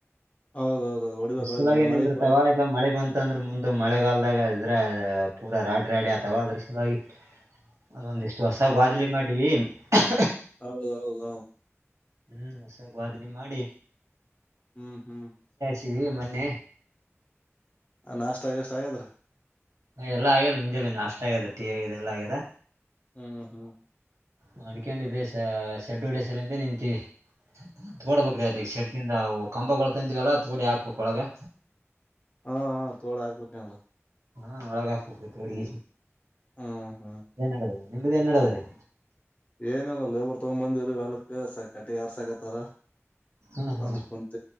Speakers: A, on the left; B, on the right.
A: ಹೌದೌದೌದು ಹೊಡಿಬೇಕ
B: ಬಿಸಲಾಗೆ
A: ಹೊಡಿಬೇಕ ಮಳಿ
B: ನಿಂದಿರ್ತಾವ
A: ಪಳಿ
B: ಇಲ್ಲ ಮಳೆ ಬಂತ ಅಂದ್ರೆ ಮುಂದೆ ಮಳೆಗಲ್ದಾಗ ಅ್ರ ಪೂರಾ ರಾಡಿ ರಾಡಿ ಅಥವಾ ಅದ್ರ ಸನ್ನಾಗಿ ಅದೊಂದಿಷ್ಟು ಹೊಸ ವಾದ್ಲಿ ಮಾಡೀ ಹ
A: ಹೌದೌದು ಹಾ
B: ಹ್ಮ್ ಹೊಸಾಗಿ ಬಾದ್ಲಿ ಮಾಡಿ
A: ಹ್ಮ್ ಹ್ಮ್
B: ಕಿವವಿ ಮನ್ನೆ
A: ನಾಷ್ಟ ಎಷ್ಟ ಆದ್ರ
B: ಹ ಎಲ್ಲ ಮುಂಜೆ ಅಷ್ಟ ಆಗ್ಯದ ಟಿ ಆಗ್ಯಿದೆ ಎಲ್ಲ ಆಗ್ಯದ
A: ಹ್ಮ್ ಹ್ಮ್
B: ಮಾಡ್ಕೊಂಡೆ ಶೆಡ್ಡು ಹೊಡಸಲೆಂತ ನಿಂತೀವಿ ತೋಡ್ಬೇಕ್ರೀ
A: ಹೌದು
B: ಈಗ ಶೆಡ್ದ ಕಂಪಗಳುಳ್ ತಂದಿವವಲ್ಲ ಹತ್ಗೂಡಿ ಹಾಕ್ಬೇಕಕ್ ಒಳಗೆ
A: ಹಾ ಹಾ ತೋಡ ಆಗ್ಬಂಗ
B: ಹಾ ಒಳಗ ಹಾಕತತಿತೆ ಅಡ್ಗ
A: ಹ್ಮ್ ಹ್ಮ್
B: ಎನ್ ನೆಡದ ನಿಮ್ದ ಎನ್ಡದ್ರೀ
A: ಏನಲ್ಲ ಲೇಬರ್ ತಗೊ - ಅಲ್ಕ್ ಸಕಟಿ ಯಾರ್ ಸಾಕತ್ತಾರ
B: ಹಾ ಹಾ
A: ಬಂದು ಕೊಂತ